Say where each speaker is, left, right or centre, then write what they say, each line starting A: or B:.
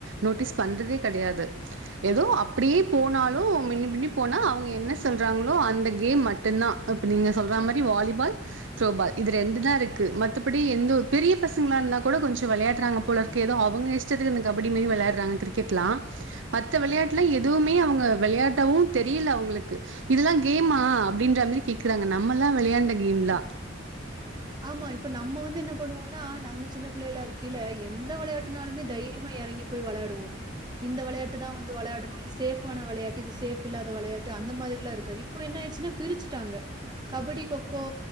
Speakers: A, on the right; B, on the right.
A: நோட்டீஸ் பண்றதே கெடையாது ஏதோ அப்டியே போனாலு மின்னி மின்னி போனா அவங்க என்ன சொல்றாகளோ அந்த கேம் மட்டுனா அப்ப நீங்க சொல்ற மாறி வாலிபால் த்ரோபால் இது ரெண்டுதா இருக்கு மத்தபடி எந்த ஒ பெரிய பசங்களா இருந்தா கூட கொஞ்சோ வெளையாடுராங்க போல இருக்கு ஏதோ அவங்க இஷ்டத்துக்கு இந்த கபடி மாறி வெளையாடுறாங்க கிரிக்கெட்லா மத்த வெளையாட்ல எதுவுமே அவங்க வெளையாடவு தெரியல அவங்களுக் க்கு இதெல்லா கேமா அப்டின்ற மாறி கேக்குறாங்க நம்ம எல்லா வெளையாண்ட கேம்லா
B: அமா இப்ப நம்ம வந்து என்ன பண்ணுவோனா நம்ம சின்ன பிள்ளைல இருக்கில எந்த வெளையாட்டுனாலுமே தைரியமா எறங்கி போய் வெளையாடுவோ இந்த வெளையாட்டு தா வந்து வெளையாடணு இது சேஃபான வெளையாட்டு இது சேஃப் இல்லாத வெளையாட்டு அந்த மாறில்லா இருக்காது இப்ப என்ன ஆயிடுச்சுன்னா பிரிச்சிட்டாங்க கபடி கொக்கோ